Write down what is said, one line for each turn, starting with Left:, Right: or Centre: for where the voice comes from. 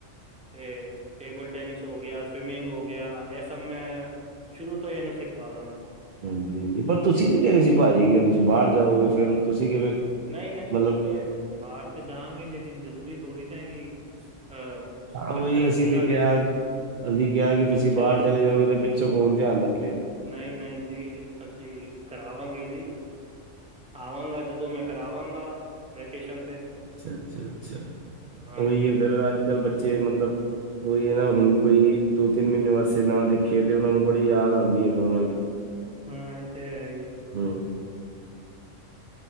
Centre: ਤੇ ਟੇਬਲ ਟੈਨਿਸ ਹੋ ਗਿਆ, ਸਵਿਮਿੰਗ ਹੋ ਗਿਆ, ਇਹ ਸਭ ਮੈਂ ਸ਼ੁਰੂ ਤੋਂ ਹੀ ਇਹਨੂੰ ਸਿਖਵਾ ਦਾਂਗਾ।
Right: ਹਾਂਜੀ-ਹਾਂਜੀ, ਪਰ ਤੁਸੀਂ ਤੇ ਕਹਿ ਰਹੇ ਸੀ, ਭਾਜੀ, ਕਿ ਤੁਸੀਂ ਬਾਹਰ ਜਾਓਗੇ, ਫੇਰ ਤੁਸੀਂ ਕਿਵੇਂ
Centre: ਨਹੀਂ-ਨਹੀਂ,
Right: ਮਤਲਬ
Centre: ਉਹ ਤੇ ਬਾਹਰ ਤੇ ਜਾਂਗੇ, ਲੇਕਿਨ ਜ਼ਰੂਰੀ ਥੋੜੀ ਨਾ ਐ ਕਿ ਅ
Right: ਹਾਂ ਉਹਹੀ
Centre: ਬੱਚਾ ਸਕਿੱਲ
Right: ਅਸੀਂ ਤੇ
Centre: ਨਾ
Right: ਕਿਆ
Centre: ਸਿੱਖੇ
Right: ਅਸੀਂ ਕਿਹਾ ਕਿ ਤੁਸੀਂ
Centre: ਪਿੱਛੇ
Right: ਬਾਹਰ ਚਲੇ ਜਾਓਗੇ, ਤੇ ਪਿੱਛੋਂ ਕੌਣ ਧਿਆਨ ਰੱਖੇਗਾ?
Centre: ਨਹੀਂ-ਨਹੀਂ ਜੀ, ਅਸੀਂ ਕਰਾਵਾਂਗੇ ਜੀ, ਆਵਾਂਗਾ ਜਦੋਂ ਮੈਂ ਕਰਾਵਾਂਗਾ ਵੈਕੇਸ਼ਨ 'ਤੇ।
Right: ਅੱਛਾ, ਅੱਛਾ, ਅੱਛਾ
Centre: ਹਾਂਜੀ
Right: ਉਹੀ ਏ, ਅਗਰ ਅੱਜ-ਕੱਲ੍ਹ ਬੱਚੇ ਮਤਲਬ ਉਹੀ ਹੈ ਨਾ, ਹੁਣ ਕੋਈ ਦੋ-ਤਿੰਨ ਮਹੀਨੇ ਵਾਸੇ ਨਾ ਦੇਖੇ, ਤੇ ਉਹਨਾਂ ਨੂੰ ਬੜੀ ਯਾਦ ਆਉਂਦੀ ਹੈ ਫੇਰ ਉਹਨਾਂ ਦੀ।
Centre: ਹਾਂ, ਇਹ ਤੇ ਹੈ ਈ ਐ।
Right: ਹਮ।